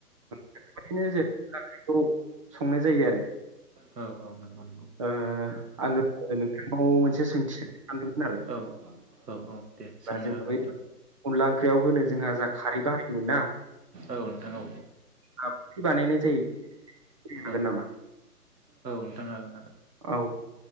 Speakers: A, on the right (about 20°); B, on the right (about 80°).
A: बेफोरबायदिनो जेरै ओंख्रिखौ संनाय जायो आरो।
B: औ औ नंगौ नंगौ
A: ओ आंङो नोंथांनाव मोनसे सोंथि सोंनो सानदोंमोन आरो।
B: औ औ औ दे सोंनोहागोन
A: बा जों बै
B: नोंथां
A: अनला ओंख्रियाव होनो जोंहा जा खारै बाहायोमोन ना
B: औ नोंथां औ
A: आ बोरै बानायनाय जायोनो हागोन
B: औ
A: नामा <unintelligible>
B: औ नोंथां हागोन हागोन
A: औ